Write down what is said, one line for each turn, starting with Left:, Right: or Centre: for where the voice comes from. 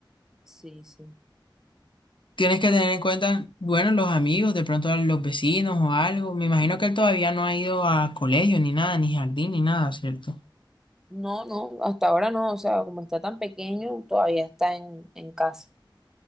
Centre: Sí, sí.
Left: Tienes que tener en cuenta, bueno, los amigos, de pronto a los vecinos o algo. Me imagino que él todavía no ha ido a colegio ni nada, ni jardín ni nada, ¿cierto?
Centre: No, no, hasta ahora no, o sea, como está tan pequeño, todavía está en, en casa.